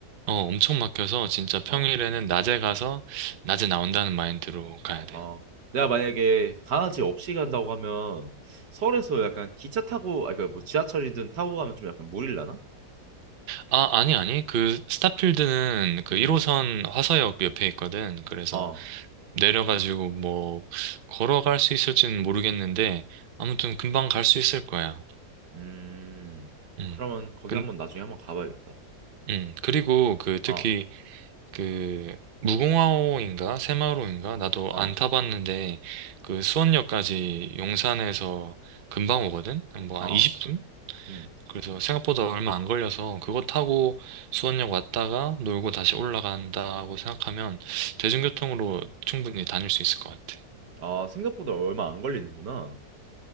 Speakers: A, on the right; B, on the right.
A: 어, 엄청 막혀서 진짜 평일에는
B: 어,
A: 낮에 가서 낮에 나온다는 마인드로 가야 돼.
B: 어. 내가 만약에 강아지 없이 간다고 하면 서울에서 약간 기차 타고, 아니, 그뭐 지하철이든 타고 가면 좀 약간 무릴라나?
A: 아, 아니, 아니. 그, 스타필드는 그
B: 응,
A: 1호선 화서역 옆에 있거든. 그래서
B: 어,
A: 내려가지고 뭐, 걸어갈 수 있을지는 모르겠는데, 아무튼 금방 갈 수 있을 거야.
B: 음.
A: 음.
B: 그러면 거기
A: 근,
B: 한번 나중에 한번 가봐야겠다.
A: 음. 그리고 그, 특히
B: 어,
A: 그, 무공화호인가? 새마을호인가? 나도
B: 어,
A: 안 타봤는데, 그 수원역까지 용산에서 금방 오거든? 뭐,
B: 어,
A: 한 20분?
B: 음.
A: 그래서 생각보다 얼마 안 걸려서 그거 타고 수원역 왔다가 놀고 다시 올라간다고 생각하면 대중교통으로 충분히 다닐 수 있을 것 같아.
B: 아, 생각보다 얼마 안 걸리는구나.